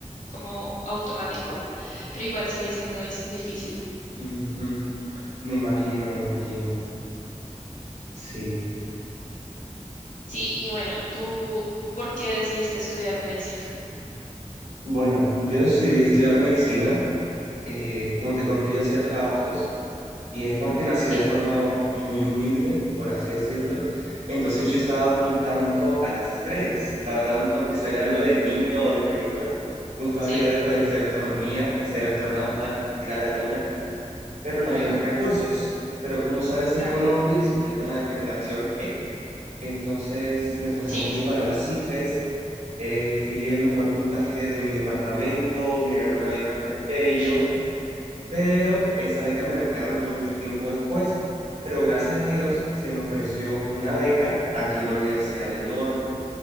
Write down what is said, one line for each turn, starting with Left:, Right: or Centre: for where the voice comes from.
Left: como automático, pero igual sigue siendo dis- difícil.
Right: Ujú. Me imagino, me imagino. Sí.
Left: Sí, y bueno, ¿tú por qué decidiste estudiar medicina?
Right: Bueno, yo decidí estudiar medicina eh, como te conté, yo hacía trabajos y es porque nací
Left: Sí.
Right: de forma muy humilde, por así decirlo. Entonces
Left: Ujú,
Right: yo estaba apuntando a las estrellas. La verdad, aunque suene algo de niño o de película, me gustaba
Left: Sí.
Right: la idea de poder estudiar astronomía, ser astronauta, ir a la luna, pero no
Left: Ajá,
Right: había los recursos. Pero como sabes, en
Left: claro.
Right: Colombia existe el tema de generación E. Entonces me esforcé
Left: Sí.
Right: mucho para las ICFES, eh, fui el mejor puntaje de mi departamento, me gané una beca en Bello
Left: Ush,
Right: pero esa beca me la entregaron mucho tiempo después. Pero gracias a Dios se me ofreció una beca aquí en la Universidad del Norte.